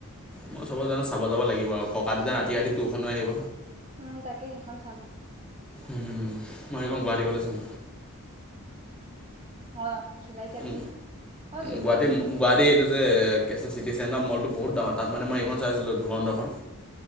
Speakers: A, in the centre; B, on the right.
A: মই চব জানে চাব যাব লাগিব আৰু ককা দুটা ৰাতি ৰাতি তখনো আহিব
B: উম, তাকে সেইখন চাম
A: উম, মই গুৱাহাটী গলে ছাম
B: উ অ <unintelligible>
A: উ
B: নহয়? অ', জু
A: গুৱাহাটী গুৱাহাটী এইটো যে কি চিটি ডা মলটো বহুত ডাঙৰ তাত মানে মই এইখন চাই আছিলোঁ ধুৰন্ধৰখন।